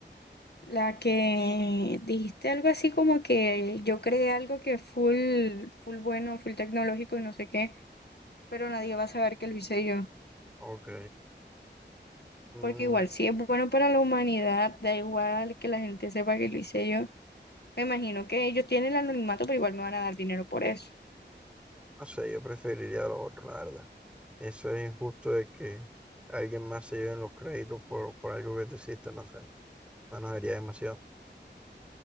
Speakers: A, on the left (about 60°); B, in the centre.
A: la que dijiste algo así como que yo creé algo que es full, full bueno, full tecnológico y no sé qué, pero nadie va a saber que lo hice yo.
B: Ok. Mm,
A: Porque igual, si es bueno para la humanidad, da igual que la gente sepa que lo hice yo. Me imagino que ellos tienen el anonimato, pero igual me van a dar dinero por eso.
B: no sé, yo preferiría lo otro, la verdad. Eso es injusto de que alguien más se lleve los créditos por, por algo que tú hiciste, no sé. Bueno, sería demasiado.